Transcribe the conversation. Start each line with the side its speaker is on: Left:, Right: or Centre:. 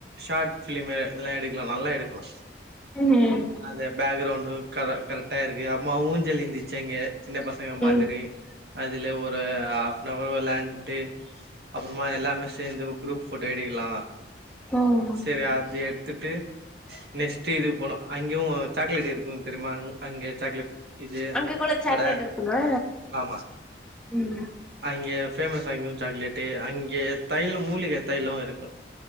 Right: ஷார்ட் பிலிம் எல்லா எடுக்கலா நல்லா எடுக்கலா
Centre: ம் ஹூ ம்
Right: அந்த பேக்ரவுண்டு கரெக்ட்டா இருக்கு அம்மா ஊஞ்சல் இருந்துச்சு அங்க சின்ன பச ங்க மாதிரி
Centre: ம்
Right: அதுல ஒரு ஹாப்னவர் வெளான்ட்டு அப்பறமா எல்லாமே சேந்து ஒரு குரூப் போட்டோ எடுக்லா
Centre: ம்
Right: சரி அது எடுத்துட்டு நெக்ஸ்ட் இது போனோ அங்கயு சாக்லேட் இருக்கு தெரிமா அங்க சாக்லேட் இது
Centre: அங்க கூட சாக்லேட்
Right: கடை
Centre: இருக்குமா
Right: ஆமா
Centre: ம்
Right: அங்க பேஃமஸ் அங்கயு சாக்லேட்டு அங்க தைல மூலிகை தைல இருக்கு